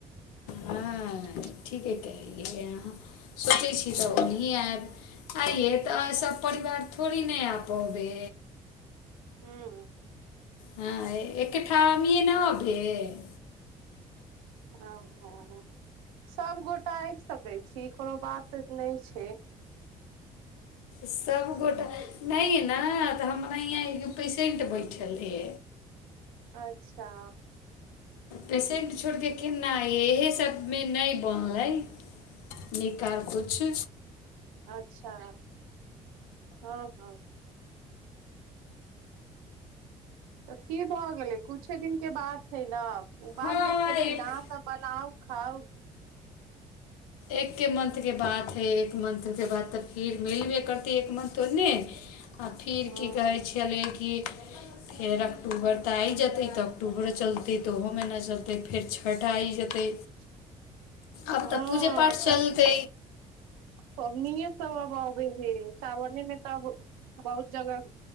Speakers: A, on the right; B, on the left.
A: <unintelligible>
B: हँ ठीके कहलियै अहाँ सोचै छी। तऽ ओही आयब आइय तऽ सभ परिवार थी नहि आबे
A: हँ
B: हँ एकठाममे नहि भेल
A: ओ सभ गोटा आबि सकै छी। कोनो बात नहि छै।
B: सभगोटा नहि ने तऽ हमरा ईहाँ एगो पेशेन्ट बैठल रहि
A: अच्छा
B: पसेंट छोड़ के किना इहे सभ मे नहि बोनलै निकार किछु
A: अच्छा हँ हँ तऽ की भऽ गेलै कुछे दिन के बाद थे न ओ बाद
B: हँ
A: मे खेथिन
B: एक
A: आ बनाउ खाउ
B: एक्के मंथके बात हइ एक मंथके बात तऽ फेर मिलबे करतै एक मंथ ओन्न आ फेर
A: हँ
B: की कहै छलै कि फेर अक्टूबर तऽ आइ जेतै तऽ अक्टूबर चलतै तऽ ओहो महना चलतै फेर छठि आइ जेतै
A: <inaudible>
B: अब तऽ
A: आब
B: पूजे पाठ चलते
A: पबनि सभ अब अबे हे सावने मे तऽ बहुत जगह